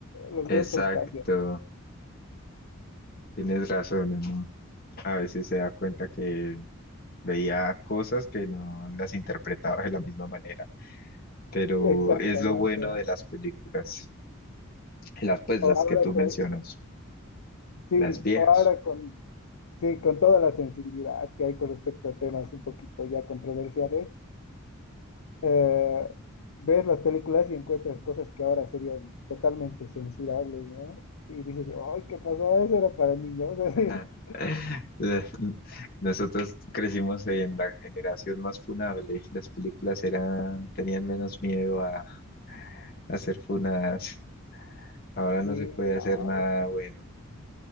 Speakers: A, on the left (about 80°); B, on the left (about 45°).
A: los
B: Exacto,
A: gustos cambian.
B: tienes razón, uno a veces se da cuenta que veía cosas que no las interpretaba de la misma manera, pero
A: Exactamente,
B: es lo bueno
A: ¿no?
B: de las películas, las pues
A: O
B: las
A: ahora
B: que tú mencionas,
A: con, sí,
B: las viejas.
A: o ahora con, sí, con toda la sensibilidad que hay con respecto a temas un poquito ya controversiales, eh, ves las películas y encuentras cosas que ahora serían totalmente censurables, ¿no? Y dices, ¡ay, qué pasó! Eso era para niños. <laughs>
B: Ajá. <laughs> La- Nosotros crecimos en la generación más funable, las películas eran, tenían menos miedo a, a ser funadas. Ahora no
A: Sí,
B: se puede hacer
A: no,
B: nada
A: esto-
B: bueno.